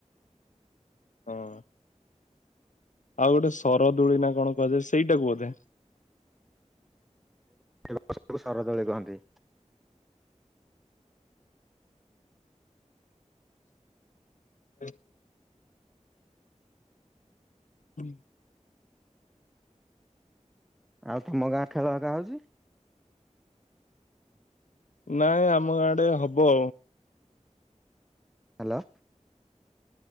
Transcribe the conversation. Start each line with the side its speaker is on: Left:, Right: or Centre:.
Left: ହଁ। ଆଉ ଗୋଟେ ସରଦୁଳି ନା କଣ କୁହାଯାଏ ସେଇଟାକୁ ବୋଧେ।
Centre: ଲୋକ ସେପଟୁ ଶରଦୋଳି କହନ୍ତି।
Left: <unintelligible> <unintelligible>
Centre: ଆଉ ତମ ଗାଁ ଖେଳ ଆକା ହଉଛି।
Left: ନାଇଁ ଆମ ଗାଁ ଆଡେ ହବ।
Centre: ହାଲୋ।